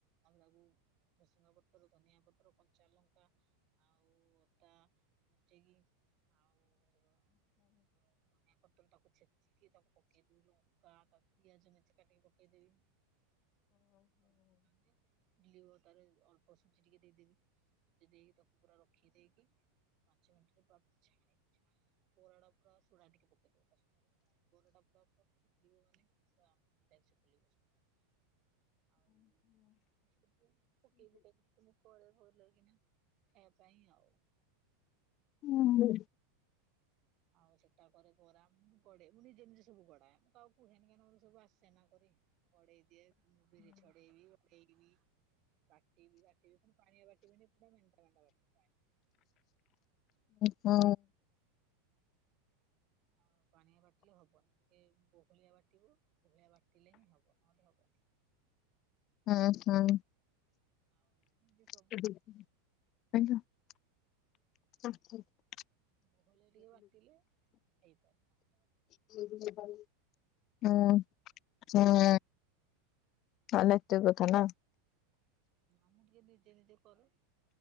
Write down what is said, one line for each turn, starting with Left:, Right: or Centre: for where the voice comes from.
Right: ଆଉ ତାକୁ ଭେସୁଙ୍ଗାପତ୍ର, ଧନିଆପତ୍ର, କଞ୍ଚାଲଙ୍କା ଆଉ ଅଦା ବଚେଇକି ଆଉ ଧନିଆପତ୍ର ତାକୁ ଛେଚିକି ତାକୁ ପକେଇଦବି ଲଙ୍କା ତାକୁ ପିଆଜ ମେଞ୍ଚେ କାଟିକି ପକେଇଦେବି। <unintelligible> ଫୁଲିବ ତାର ଅଳ୍ପ ସୁଜି ଟିକେ ଦେଇଦେବି। ଦେଇକି ତାକୁ ପୁରା ରଖିଦେଇକି ପାଞ୍ଚ ମିନିଟରେ ପୁରା ଛାଣିବି। ଆଉ ବୋରାଡା ପୁରା ଶୋଢା ଟିକେ ପକେଇଦବ ତା ସାଙ୍ଗରେ। <unintelligible> ଫୁଲିବ ମାନେ <unintelligible> ସୋଢା ପକେଇଲେ। ଆଉ ସବୁ ପକେଇ <unintelligible> ପଳେ ଭଲ କିନା ଖାଇବା ପାଇଁ ଆଉ।
Left: ହୁଁ।
Right: ଆଉ ସେଟା କରେ ଫରା ମୁଁ ବଡେ ମୁଁ ନିଜେ ନିଜେ ସବୁ ବଡାଏ ମୁଁ କାହା କୁହେନି କାହିଁକି ନା ସବୁ ଆସେନା କରି। ଗଢେଇ ଦିଏ ମୁଁ ବିରି ଛଡେଇବି‌ <unintelligible> ବାଟିବି ବାଟିିବି ମୁଁ ପାଣିରେ ବାଟି ବିନି ପୁରା ମେଣ୍ଟା ମେଣ୍ଟା ବାଟିିବି।
Left: ହୁ।
Right: ଆଉ କ ପାଣିଆ ବାଟିଲେ ହବନି ଟିକେ ବହଳିଆ ବାଟିବ ବହଳିଆ ବାଟିଲେ ହିଁ ହବ ନହେଲେ ହବନି।
Left: ଉଁ ହୁ‍ଁ।
Right: ଆଉ <unintelligible>
Left: <unintelligible>
Right: ବହଳିଆ ଟିକେ ବାଟିଲେ ହେଇପାରେ ନହେଲେ
Left: <unintelligible> ହୁଁ ହୁଁ। ତାହେଲେ ଏତେ କଥା ନା?
Right: ହଁ ନାଁ ମୁଁ ଟିକେ ନିଜେ ନିଜେ କରେ।